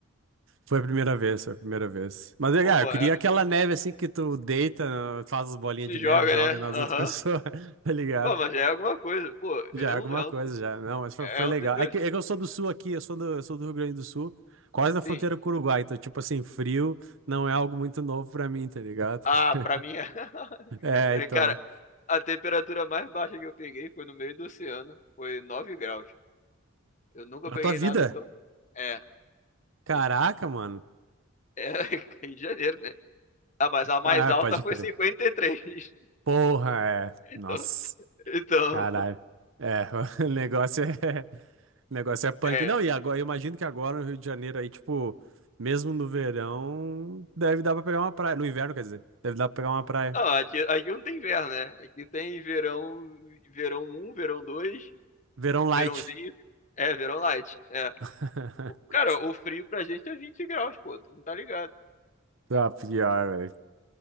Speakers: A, on the right; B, on the left.
A: Foi a primeira vez, foi a primeira vez. Mas é,
B: Pô,
A: ah,
B: mano,
A: eu queria
B: é-
A: aquela neve assim que tu deita, faz as bolinhas
B: se
A: de
B: joga,
A: neve, joga
B: né?
A: nas
B: Aham.
A: outras pessoas, <laughs> tá ligado?
B: Bom, mas já é alguma coisa. Pô,
A: Já
B: é
A: é
B: um,
A: alguma
B: é
A: coisa,
B: um,
A: já. Não, mas foi, foi
B: é
A: legal.
B: um dos meus.
A: É que, é que eu sou do sul aqui, eu sou do, eu sou do Rio Grande do Sul, quase na fronteira
B: Sim.
A: com o Uruguai. Então, tipo assim, frio não é algo muito novo pra mim, tá ligado?
B: Ah,
A: <laughs>
B: pra mim é. <laughs>
A: É, então.
B: Cara, a temperatura mais baixa que eu peguei foi no meio do oceano. Foi 9 graus. Eu nunca
A: na
B: peguei
A: tua vida?
B: nada tão. É,
A: Caraca,
B: sim.
A: mano.
B: É, <laughs> Rio de Janeiro, né? Ah, mas a mais
A: Ah,
B: alta
A: pode
B: foi
A: crer.
B: 53. <laughs>
A: Porra, é.
B: Então,
A: Nossa,
B: então
A: caralho. É, <laughs> o negócio é. <laughs> O negócio é punk.
B: é.
A: Não, e agora, eu imagino que agora no Rio de Janeiro aí, tipo, mesmo no verão, deve dar pra pegar uma praia. No inverno, quer dizer, deve dar pra pegar uma praia.
B: Não, aqui, aqui não tem inverno, né? Aqui tem verão, verão um, verão 2,
A: Verão light.
B: verãozinho. É, verão light. É.
A: <laughs>
B: O- Cara, o frio pra gente é 20 graus, pô. Tu não tá ligado?
A: Tá pior, velho.